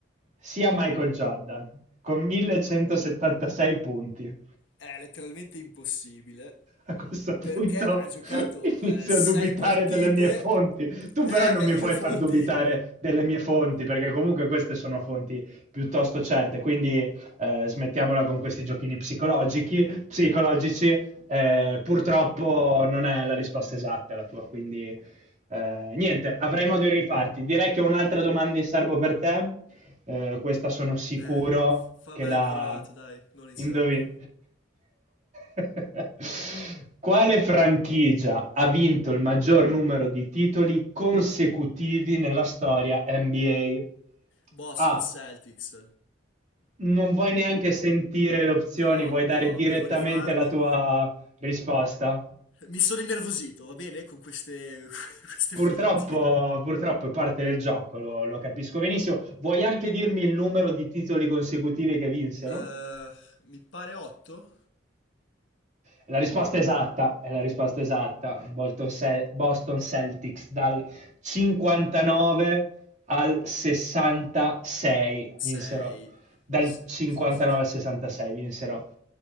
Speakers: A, on the right (about 40°); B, on the left (about 80°).
A: sia Michael Jordan, con 1176 punti.
B: è letteralmente impossibile
A: a questo punto
B: perché ha giocato
A: <laughs> inizio
B: eh, sei
A: a dubitare
B: partite
A: delle mie fonti. Tu però
B: e,
A: non
B: e
A: mi
B: le
A: puoi
B: tue fonti
A: far dubitare delle mie fonti, perché comunque queste sono fonti piuttosto certe, quindi eh, smettiamola con questi giochini psicologici. psicologici. Eh, purtroppo non è la risposta esatta la tua, quindi eh, niente, avrai modo di rifarti. Direi che ho un'altra domanda in serbo per te. Eh, questa sono sicuro
B: Eh, f- fammela
A: che la
B: in croato, dai, non in
A: indovina.
B: serbo.
A: <laughs> Quale franchigia ha vinto il maggior numero di titoli consecutivi nella storia NBA?
B: Boston
A: A. A.
B: Celtics.
A: Non vuoi neanche sentire le opzioni,
B: No,
A: vuoi dare
B: no,
A: direttamente
B: devo rifarmi.
A: la tua risposta?
B: Mi sono innervosito, va bene? Con queste, <laughs> queste
A: Purtroppo,
B: fonti.
A: purtroppo è parte del gioco, lo, lo capisco benissimo. Vuoi anche dirmi il numero di titoli consecutivi che vinsero?
B: Eh, mi pare 8?
A: È La risposta esatta è la risposta esatta. Bolton Cel- Boston Celtics dal 59 al 66
B: 6.
A: vinsero. Dal
B: Sì,
A: 59
B: sì, sì, sì.
A: al 66 vinsero